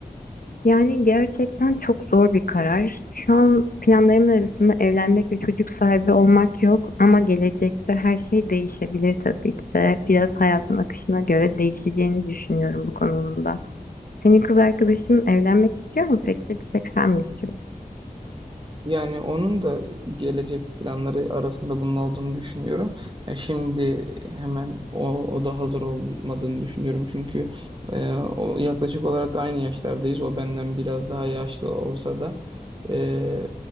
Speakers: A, on the left (about 70°); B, on the right (about 30°).
A: Yani gerçekten çok zor bir karar. Şu an planlarımın arasında evlenmek ve çocuk sahibi olmak yok ama gelecekte her şey değişebilir tabii ki de. Biraz hayatın akışına göre değişeceğini düşünüyorum bu konuda. Senin kız arkadaşın evlenmek istiyor mu peki? Bir tek sen mi istiyorsun?
B: Yani onun da gelecek planları arasında bunun olduğunu düşünüyorum. Ya şimdi hemen o, o da hazır olmadığını düşünüyorum. Çünkü e, o yaklaşık olarak aynı yaşlardayız. O benden biraz daha yaşlı olsa da e,